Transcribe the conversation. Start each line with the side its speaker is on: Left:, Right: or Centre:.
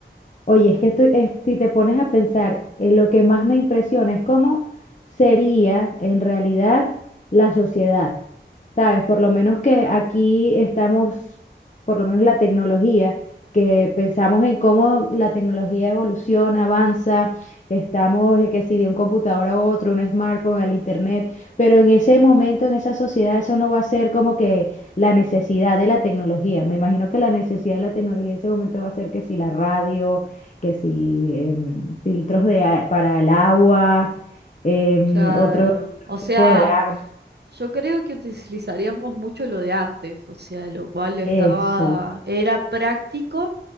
Left: Oye, es que estoy- es- si te pones a pensar, eh, lo que más me impresiona es cómo sería en realidad la sociedad. ¿Sabes? Por lo menos que aquí estamos, por lo menos la tecnología, que pensamos en cómo la tecnología evoluciona, avanza, estamos, eh, que si de un computador a otro, un smartphone, el internet, pero en ese momento, en esa sociedad, eso no va a ser como que la necesidad de la tecnología. Me imagino que la necesidad de la tecnología en ese momento va a ser que si la radio, que sí, em, filtros de, a- para el agua, em,
Right: claro.
Left: otro, otro
Right: O
Left: tipo
Right: sea,
Left: de armas.
Right: yo creo que utilizaríamos mucho lo de antes, o sea, lo cual estaba,
Left: Eso,
Right: era práctico